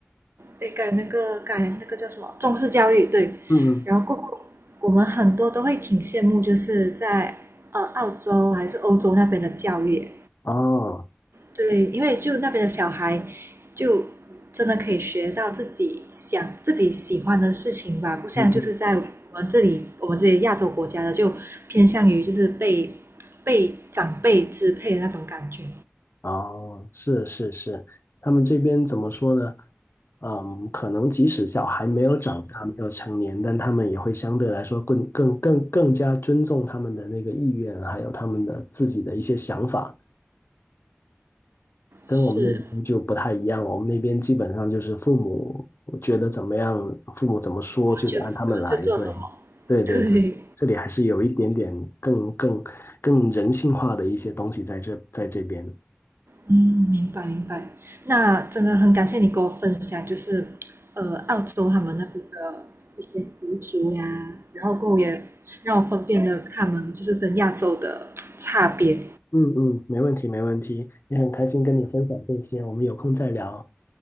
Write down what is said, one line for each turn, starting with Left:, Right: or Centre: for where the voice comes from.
Right: 那改那个改那个叫什么中式教育对，
Left: 嗯，
Right: 然后过后我们很多都会挺羡慕，就是在呃澳洲还是欧洲那边的教育，
Left: 哦。
Right: 对，因为就那边的小孩，就真的可以学到自己想、自己喜欢的事情吧，不像就是在我们这里，
Left: 嗯
Right: 我们这些亚洲国家的就偏向于就是被被长辈支配的那种感觉。
Left: 哦，是是是，他们这边怎么说呢？嗯，可能即使小孩没有长大，没有成年，但他们也会相对来说更更更更加尊重他们的那个意愿，还有他们的自己的一些想法，跟我们那边就不太一样。
Right: 是，
Left: 我们那边基本上就是父母觉得怎么样，父母怎么说就得按他们来。
Right: 我们就我们就做什么？
Left: 对，
Right: <laughs>
Left: 对对对，
Right: 对，
Left: 这里还是有一点点更更更人性化的一些东西在这在这边。
Right: 嗯，明白明白。那真的很感谢你跟我分享，就是呃，澳洲他们那边的一些习俗呀，然后跟我也让我分辨了他们就是跟亚洲的差别。
Left: 嗯嗯，没问题没问题，也很开心跟你分享这些，我们有空再聊，